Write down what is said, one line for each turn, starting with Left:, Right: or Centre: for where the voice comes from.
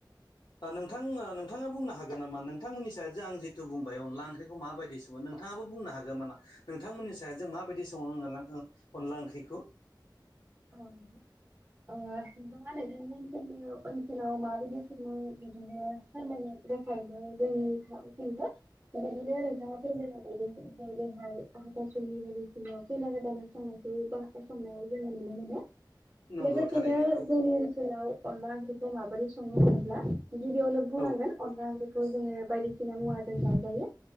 Left: नोंथां ओ नोंथाङा बुंनो हागोन नामा नोंथांमोननि सायावदि आं जिथु बुंबाय अनला ओंख्रिखौ माबायदि सङो नों नोंथाङाबो बुंनो हागोमोनना नोंथांमोननि सायदजों माबायदि सङो ओनलां ओ अनला ओंख्रिखौ
Right: औ नोंथां ओ नोंथाङा नोंथांनि ओनसोलनि औ ओनसोलाव माबेदि सङो बिदिनो फोरमायनो बेखायनो जोंनिथिंबो बेबायदिनो नोंथाङा फोरमायनाय बायदिनो जायो। बेहाय आाथासुनि बायदिसिना खैना गोदाना संनायखौ बा संनायाव जोङो नुनो मोनो
Left: नंगौ
Right: लोगोसेनो
Left: थारैनो औ
Right: जोंनि ओनसोलाव अनला ओंख्रिखौ माबोरै संगो होनोब्ला गिबियावनो बुंनांगोन
Left: औ
Right: अनला ओंख्रिखौ जोङो बायदिसिना मुवाजों जाजायो